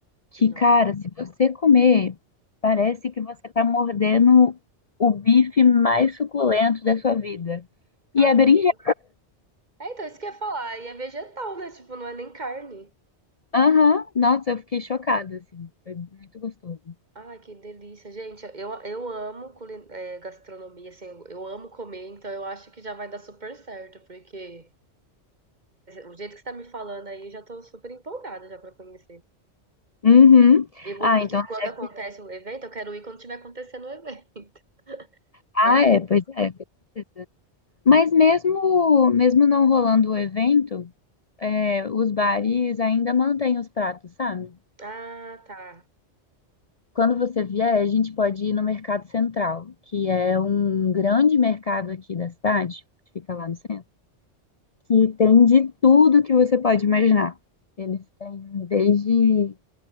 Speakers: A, on the left; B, on the right.
A: que,
B: Nossa,
A: cara, se você comer, parece que você tá mordendo o bife mais suculento da sua vida.
B: caramba.
A: E é berinjela.
B: É, então, isso que eu ia falar. E é vegetal, né? Tipo, não é nem carne.
A: Aham, Nossa, eu fiquei chocada, assim. Foi muito gostoso.
B: Ai, que delícia. Gente, eu, eu amo culin- é, gastronomia, assim, eu eu amo comer, então eu acho que já vai dar super certo, porque o jeito que você tá me falando aí, eu já tô super empolgada já pra conhecer.
A: Uhum.
B: E vou,
A: Ah,
B: e
A: então,
B: quando
A: já
B: acontece
A: que...
B: o evento, eu quero ir quando tiver acontecendo o <laughs> evento.
A: Ah,
B: É,
A: é, pois é. Com certeza. Mas mesmo, mesmo não rolando o evento, é, os bares ainda mantêm os pratos, sabe?
B: ah, tá.
A: Quando você vier, a gente pode ir no Mercado Central, que é um grande mercado aqui da cidade, que fica lá no centro. que tem de tudo que você pode imaginar. Eles têm desde